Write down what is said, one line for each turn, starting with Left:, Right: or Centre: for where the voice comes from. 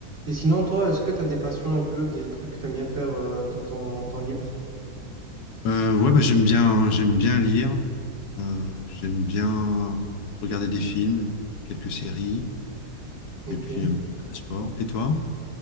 Right: Et sinon, toi, est-ce que tu as des passions un peu, des trucs que tu aimes bien faire euh, dans ton temps libre?
Left: Euh, ouais, bah, j'aime bien, j'aime bien lire, euh, j'aime bien regarder des films, quelques séries,
Right: Ok.
Left: et puis un petit peu de sport. Et toi?